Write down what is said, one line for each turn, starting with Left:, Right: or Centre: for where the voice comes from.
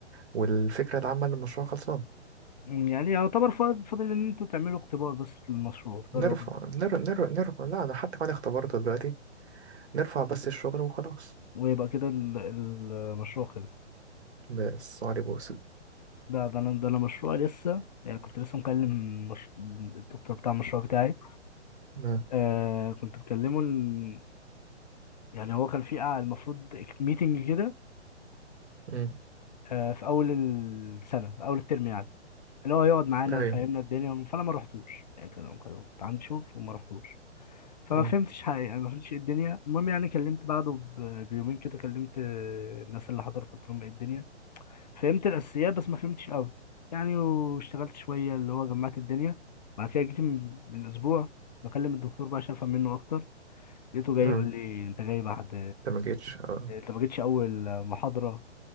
Right: والفكرة العامة للمشروع خلصان
Left: مم، يعني يعتبر فاضل فاضل ان انتوا تعملوا اختبار بس للمشروع تجربوا
Right: نرفع نرفع نرفع, نرفع. لا انا حتى كمان اختبرته دلوقتي نرفع بس الشغل وخلاص
Left: ويبقى كده ال- المشروع خلص
Right: بس وعلي بوس
Left: ده ده انا ده انا مشروع لسه يعني كنت لسه مكلم مش... الدكتور بتاع المشروع بتاعي
Right: ما-
Left: آه كنت بكلمه ال... يعني هو كان في قاعة المفروض ميتنج كده
Right: مم.
Left: آه في اول السنة في اول الترم يعني اللي هو يقعد معانا
Right: ايوه
Left: يفهمنا الدنيا فانا ما رحتوش يعني كان كان- كنت عندي شغل وما رحتوش فما
Right: مم.
Left: فهمتش حقيقة يعني ما فهمتش ايه الدنيا المهم يعني كلمت بعده ب- بيومين كده كلمت آه، الناس اللي حضرت قلت لهم ايه الدنيا فهمت الاساسيات بس ما فهمتش قوي يعني واشتغلت شويه اللي هو جمعت الدنيا بعد كده جيت من من اسبوع بكلم الدكتور بقى عشان افهم منه اكتر لقيته جاي
Right: مم.
Left: يقول لي انت جاي بعد
Right: انت ما جيتش اه
Left: انت ما جيتش اول محاضره